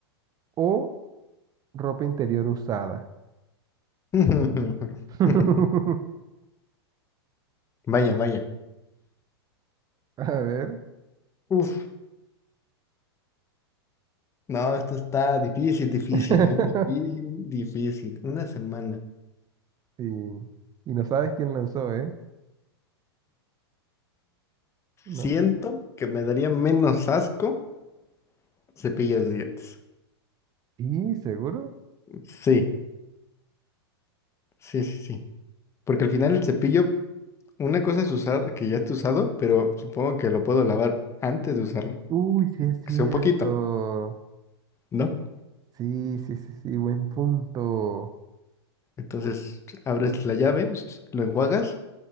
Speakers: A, on the right; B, on the left.
A: o ropa interior usada?
B: <laughs>
A: <laughs>
B: Vaya, vaya.
A: A ver.
B: Uf, no, esto está difícil, difícil,
A: <laughs>
B: ¿eh? Difícil, difícil. Una semana.
A: Sí. Y no sabes quién lanzó, ¿eh? No.
B: Siento que me daría menos asco cepillas de dientes.
A: Sí, seguro.
B: Sí, sí, sí, sí. Porque al final el cepillo, una cosa es usar, que ya esté usado, pero supongo que lo puedo lavar antes de usarlo.
A: Uy, sí es cierto.
B: Que sea un poquito, ¿no?
A: Sí, sí, sí, sí, buen punto.
B: Entonces abres la llave, s- s- lo enjuagas